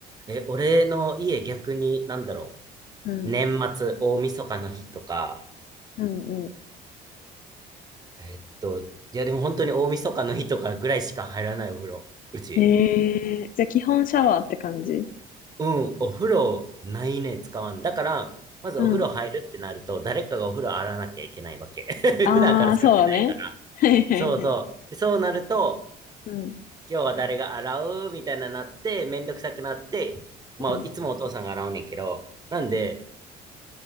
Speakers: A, on the right; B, on the left.
A: え、俺の家逆に、なんだろ
B: うん。
A: う。年末、大晦日の日とか、
B: うんう
A: えっと、いやでも本当に大晦日の日とかぐらいしか入らないお風呂。うち。
B: ん。えー、じゃあ基本シャワーって感じ
A: うん、お風呂ないね、使わん。だから、まずお風呂入るってなると、
B: うん。
A: 誰かがお風呂洗わなきゃいけないわけ。<laughs>
B: ああ、
A: 普段から使ってないから。
B: そうだね。はいはいはい。
A: そうそう。そうなると、
B: うん。
A: 今日は誰が洗うみたいななって、めんどくさくなって、まあ、
B: うん。
A: いつもお父さんが洗うねんけど、なんで、